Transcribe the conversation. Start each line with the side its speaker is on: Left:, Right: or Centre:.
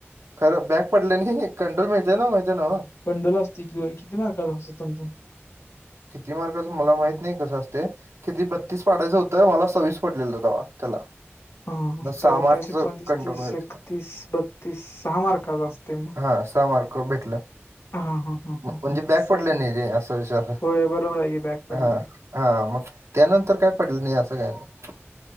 Right: खरं बॅक पडलं नाही कंट्रोल मिळतंय ना माहीतीय नव.
Left: कंडोल असतय किंवा किती मार्क असतं तुमच्?
Right: किती मार्कच मला माहित नाही कसं असतंय? किती बत्तीस पाडायचं होतं मला सव्वीस पडलेलं तवा त्याला.
Left: हं
Right: मग
Left: सत्तावीस,
Right: सहा
Left: अठ्ठावीस,
Right: मार्कच
Left: एकोणतीस,
Right: कंट्रोल
Left: तीस,
Right: मिळालं
Left: एकतीस, बत्तीस सहा मार्काच असतय मग.
Right: हा सहा मार्क भेटलं.
Left: हा हा हा हा
Right: म्हणजे
Left: हा हा,
Right: बॅक
Left: असं
Right: पडल
Left: आहे
Right: नाही रे असा विचार
Left: होय बरोबर आहे की बॅग पडलं
Right: हं.
Left: नाही
Right: हा मग त्यानंतर काय पडल नाही असं काय नाही.